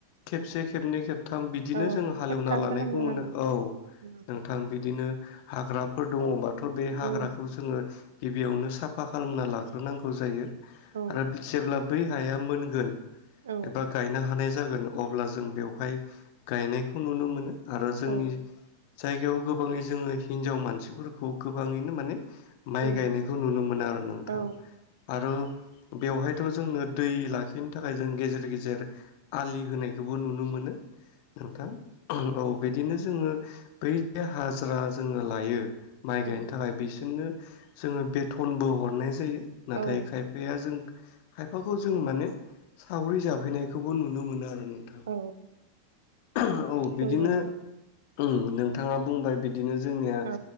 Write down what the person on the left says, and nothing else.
खेबसे खेबनै खेब थाम बिदिनो
जों हालेवना
लानायखौ
मोनो औ
नोंथां बिदिनो। हाग्राफोर दङबा। दाथ बे हाग्राखौ
जोङो गिबियावनो साफा खालामना लाग्रोनांगौ जायो
आरो जेब्ला बै हाया मोनगोन।
एबा गायनो हानाय जागोन अब्ला जों बेवहाय गायनायखौ नुनो मोनो आरो जोंनि
जायगायाव गोबाङै जोङो हिनजाव मानसिफोरखौ। गोबाङैनो माने माइ
गायनायखौ नुनो मोनो आरो नोंथां
आरो। बेवहायथ जोंङनो दै लाखिनो थाखाय जों गेजेर गेजेर आलि होनायखौबो नुनो मोनो। नोंथां औ बिदिनो जोङो बै हाजिरा जोङो लायो। माइ
गायनो थाखाय बिसोरनो। जोङो बेथनबो हरनाय जायो। नाथाय
खायफाया जों खायफाखौ जों माने सावरि जाफैनायखौबो नुनो मोनो आरो। ओम नोंथां।
औ बिदिनो
ओम नोंथाङा बुंबाय बिदि बिदिनो जोंनिया